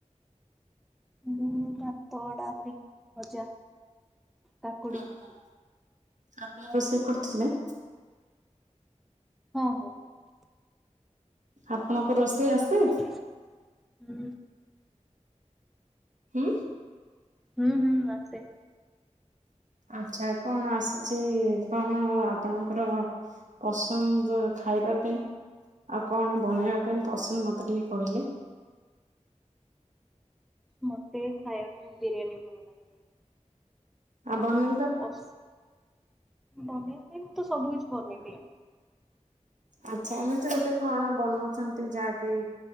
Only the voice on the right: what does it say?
ଓ ହ ଆପଣ ରୋଷେଇ କରିଥିଲେ।
ଆପଣଙ୍କ ରୋଷେଇ ଆସେ।
ଉଁ।
ଆଛା କଣ ଆସୁଛି କଣ ଆପଣଙ୍କର ପସନ୍ଦ ଖାଇବା ପାଇଁ ଆଉ କଣ ବନେଇବା ପାଇଁ ପସନ୍ଦ ମତେ ଟିକେ କହିଲେ।
ଆଉ ବନେ
ଆଚ୍ଛା ଏମିତି ଗୋଟେ କଣ ବନଉଛନ୍ତି ଯାଗି